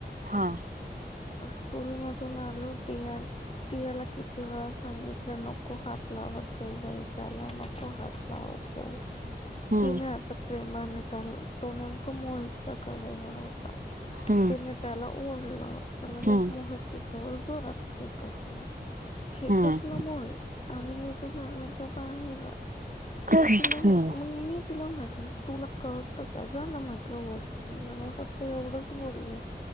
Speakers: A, on the right (about 50°); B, on the left (about 35°).
A: हां.
B: स्कूल मधून आलो आणि ति अण. पियाला किती वेळा सांगितलं. नको हात लावत जाऊ बाई त्याला नको हात लावत जाऊ.
A: हम्म
B: तिने आता प्रेमाने काल तो, नेमका मोहितच्या कडेवर होता.
A: हम्म
B: तिने त्याला ओढलं. तर लगेच
A: हम्म
B: मोहित तिच्यावर जोरात खेकसला. खेकसला
A: हम्म
B: म हो आणि मी तर घराच्या बाहेरच. मग
A: हम्म
B: तिला मग मी तिला म्हटलं, तुला कळतं का जाना म्हटलं वॉशरूमला मी फ तर एवढंच बोले